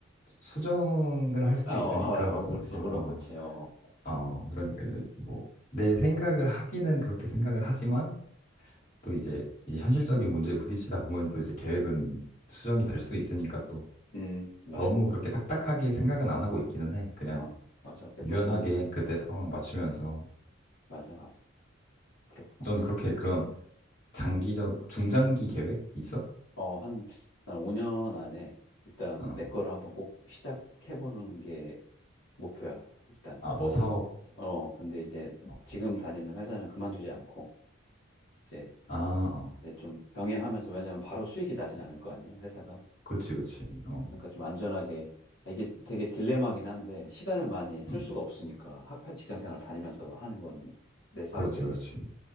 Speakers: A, on the left; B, on the left.
A: 수정을 할 수도
B: 아,
A: 있으니까
B: 어, <laughs> 아, 뭐 그렇지.
A: 어,
B: 물론 그렇지. 어. 어.
A: 어 그러니까 이제 뭐내 생각을 하기는 그렇게 생각을 하지만 또 이제 이 현실적인 문제에 부딪히다 보면 또 이제 계획은 수정이 될 수 있으니까
B: 음, 맞아.
A: 너무 그렇게 딱딱하게 생각은 안 하고 있기는 해. 그냥
B: 어, 맞아. 100%
A: 유연하게
B: 동의해.
A: 그때 상황 맞추면서.
B: 맞아, 맞아. 그렇구나.
A: 넌 그렇게 그런 장기적, 중장기 계획 있어?
B: 어, 한, 한 5년 안에 일단
A: 어.
B: 내 거를 한번 꼭 시작해보는 게 목표야, 일단.
A: 아, 너 사업.
B: 어, 근데 이제
A: 어.
B: 지금 다니는 회사는 그만두지 않고, 이제,
A: 아, 어.
B: 이제 좀 병행하면서, 왜냐면 바로 수익이 나진 않을 거 아니야, 회사가.
A: 그치, 그치. 어.
B: 그러니까 좀 안전하게, 아, 이게 되게 딜레마긴 한데, 시간을 많이 쓸
A: 음.
B: 수가 없으니까, 하- 하- 직장 생활 다니면서 하는 거는 내 사업에.
A: 그렇지, 그렇지.